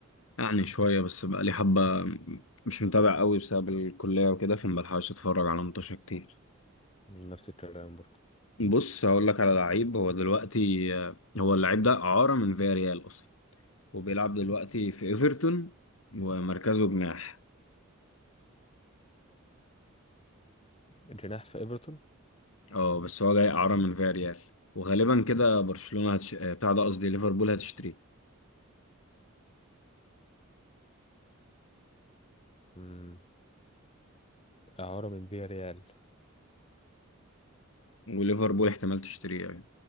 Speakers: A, on the left; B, on the left.
A: يعني شوية بس بقى لي حبة مش متابع قوي بسبب الكلية وكده فمبلحقش اتفرج على ماتشات كتير
B: نفس الكلام برضه
A: بص هقول لك على لعيب هو دلوقتي آه، هو اللعيب ده إعارة من فياريال أصلا وبيلعب دلوقتي في إيفرتون ومركزه جناح
B: جناح في ايفرتون
A: اه بس هو جاي إعارة من فياريال وغالبا كده برشلونة هتش... آه، بتاع ده قصدي ليفربول هتشتريه
B: مم، إعارة من فيا ريال
A: وليفربول احتمال تشتريه أيوة